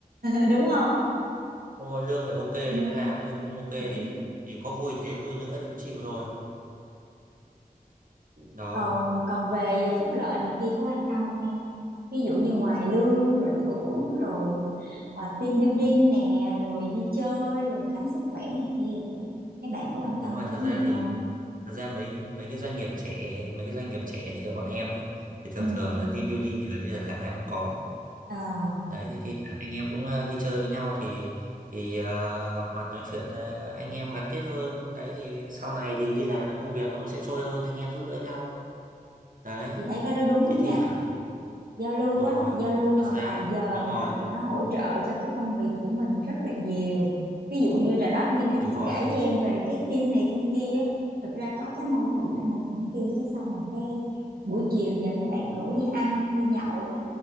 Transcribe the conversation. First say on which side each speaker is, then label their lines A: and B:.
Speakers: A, on the right; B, on the right.
A: <laughs> đúng không
B: đúng rồi lương phải ok thì
A: ừ,
B: mới làm chứ không ok
A: đúng
B: thì thì có vui thế vui nữa thì cũng chịu thôi đó
A: còn còn về phúc lợi này kia có quan tâm không em ví dụ như ngoài lương rồi thưởng rồi ờ, team building nè rồi đi chơi rồi khám sức khỏe này kia mấy bạn có quan tâm
B: đúng rồi
A: tới
B: thật
A: nhiều
B: ra thì
A: không
B: thật ra mấy mấy cái doanh nghiệp trẻ mấy cái doanh nghiệp trẻ như kiểu bọn em ấy thì thường
A: ừ
B: thường là team building thì gần như là tháng nào cũng có
A: à,
B: đấy thì, thì anh em cũng ờ, đi chơi với nhau thì thì ờ, gặp mặt nói chuyện ờ, anh em gắn kết hơn đấy thì sau này thì đi làm thì công việc nó cũng sẽ trôi hơn anh em giúp đỡ nhau đấy
A: chị thấy cái đó đúng đó
B: thì thi
A: nha
B: thoảng
A: giao lưu
B: đúng
A: á
B: rồi
A: giao lưu mà
B: thật ra
A: ngoài giờ
B: đúng rồi
A: đó thì nó hỗ trợ cho cái công việc của mình rất là nhiều ví dụ như rồi đó như nãy
B: đúng
A: chị
B: rồi
A: kể với em về cái team này team kia á thật ra có cái mâu thuẫn này mâu thuẫn kia cái xong mà cái buổi chiều giờ mấy bạn rủ đi ăn đi nhậu á